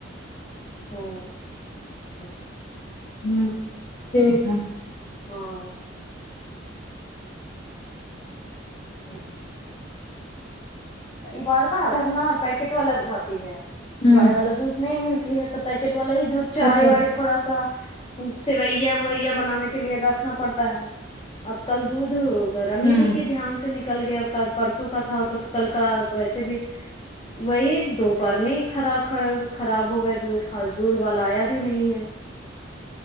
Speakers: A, on the left; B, on the left.
A: ہاں <unintelligible>
B: ہوں ٹھیک ہے <unintelligible>
A: ہاں اچ <inaudible> بار ادھر ن پیکٹ والا دھاتی ہے
B: ہمم
A: گائے والا دودھ نہیں ملتی ہے تو <unintelligible> <inaudible> پیکٹ والا ہی دودھ چائے
B: اچھا
A: وائے تھوڑا سا سیویا وویا بنانے کے لیے رکھنا پڑتا ہے اب کل دودھ گرمینی
B: ہمم
A: کی دھیان سے نکل گیا ک پرسوں کا تھا تو کل کا تو ایسے بھی وہی دوپہر میں ہی خراب خراب ہو گئے دودھ آج دودھ والا آیا بھی نہیں ہے
B: <inaudible>